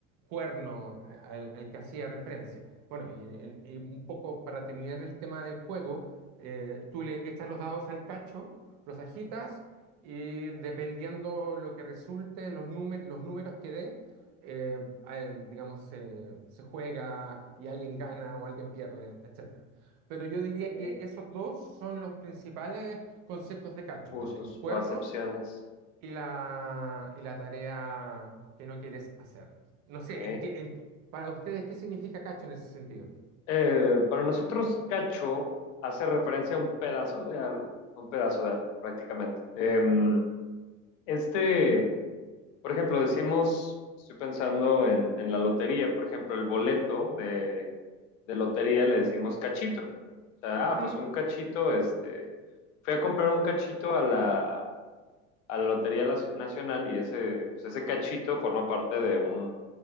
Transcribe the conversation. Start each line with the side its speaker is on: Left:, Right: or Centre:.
Right: cuerno al, al que hacía referencia. Bueno, y, en- en- y un poco para terminar el tema del juego, eh, tú le echas los dados al cacho, los agitas y dependiendo lo que resulte, los, númer- los números que dé, eh, eh, digamos, se se juega y alguien gana o alguien pierde, etcétera. Pero yo diría
Left: ok.
Right: que esos dos son los principales conceptos de cacho,
Left: Usos
Right: el cuerno
Left: o acepciones.
Right: y la, y la tarea que no quieres hacer. No
Left: Ok.
Right: sé, en qué, en- para ustedes, ¿qué significa cacho en ese sentido?
Left: Eh, para nosotros, cacho hace referencia a un pedazo de algo, a un pedazo de algo, prácticamente. Em, este, por ejemplo, decimos, estoy pensando en, en la lotería, por ejemplo, el boleto de, de lotería le decimos cachito. O sea,
Right: Ujú.
Left: ah, pues un cachito, este, fui a comprar un cachito a la, a la Lotería Nacional y ese, pues ese cachito forma parte de un,